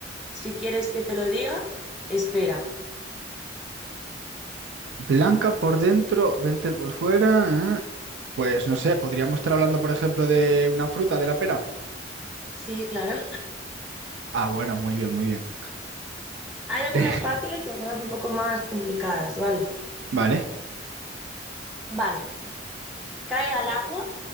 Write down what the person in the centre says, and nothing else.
Si quieres que te lo diga, espera.
Sí, claro.
<laughs> Hay algunas
fáciles y algunas un poco más complicadas, ¿vale?
Vale. Cae al agua,